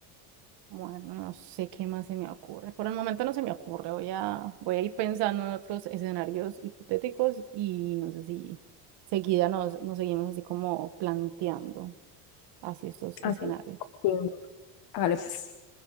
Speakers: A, on the right (about 60°); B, on the left (about 50°).
A: Bueno, no sé qué más se me ocurre. Por el momento no se me ocurre. Voy a, voy a ir pensando en otros escenarios hipotéticos y no sé si seguida nos, nos seguimos así como planteando así estos escenarios.
B: Hágale, sí, bueno. hágale, pues.